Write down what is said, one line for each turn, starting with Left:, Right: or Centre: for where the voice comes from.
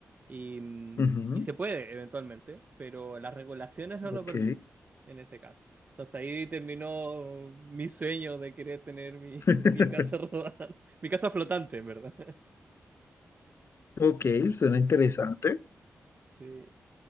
Right: y, mm,
Left: Ujú,
Right: y se puede eventualmente, pero las regulaciones no
Left: ok.
Right: lo permiten en este caso. Entonces ahí terminó mi sueño de querer tener mi,
Left: <laughs>
Right: <laughs> mi casa rodante, mi casa flotante, en verdad.
Left: Ok, suena interesante.
Right: <laughs> Sí.